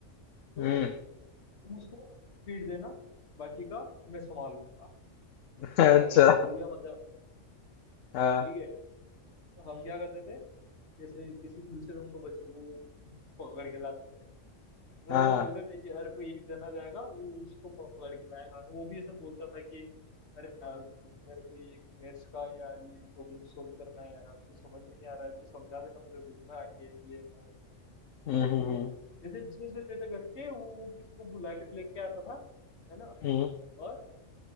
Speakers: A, on the left; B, on the left.
A: तो
B: हम्म,
A: तुम उसको फीड देना बाकी का मैं संभाल लूंगा
B: अच्छा
A: हमको तो मिल गया मजा
B: हाँ
A: ठीक है तो हम क्या करते थे जैसे किसी भी दूसरे रूम को बच्चे को पकड़ के लाते थे तो
B: हाँ
A: ऐसा बोलते थे कि यार कोई एक जना जाएगा वो उसको पकड़ के लाएगा वो भी ऐसा बोलता था कि अरे यार मेरे को ये मैथ्स का यार ये प्रॉब्लम सोल्व करना है यार मुझे समझ में नहीं आ रहा है तो समझा देना मेरे रूम में आके ये वो।
B: हम्म हम्म
A: ठीक है
B: हम्म,
A: जैसे जैसे तैसे करके वो किसी को बुला के लेके आता था है ना
B: हम्म,
A: और